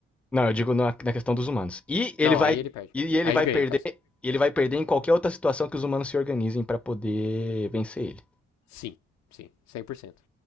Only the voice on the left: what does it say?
Não,
aí ele perde.
Aí
ele ganha,
no caso.
Sim, sim, 100%